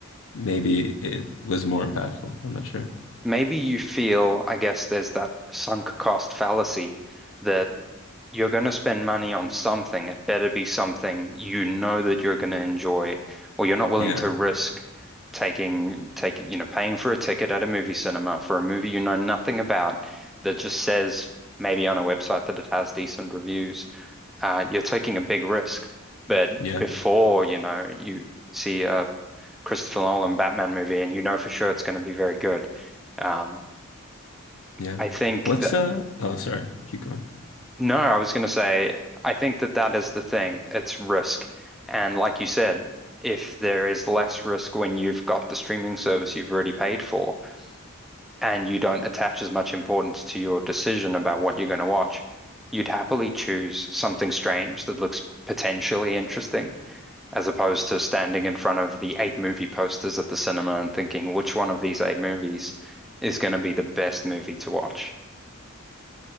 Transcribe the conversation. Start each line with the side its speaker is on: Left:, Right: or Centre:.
Left: maybe it was more impactful. I'm not sure.
Centre: Maybe you feel, I guess, there's that sunk cost fallacy that you're going to spend money on something. It better be something you know that you're going to enjoy, or you're not willing
Left: Yeah.
Centre: to risk taking taking you know paying for a ticket at a movie cinema for a movie you know nothing about that just says maybe on a website that it has decent reviews. Uh, you're taking a big risk. But
Left: Yeah,
Centre: before you know you see a Christopher Nolan Batman movie and you know for sure it's going to be very good. Um,
Left: yeah.
Centre: I think
Left: What's
Centre: th
Left: uh oh sorry, keep going.
Centre: No, I was going to say, I think that that is the thing. It's risk. And like you said, if there is less risk when you've got the streaming service you've already paid for and you don't attach as much importance to your decision about what you're going to watch, you'd happily choose something strange that looks potentially interesting as opposed to standing in front of the eight movie posters at the cinema and thinking which one of these eight movies is going to be the best movie to watch.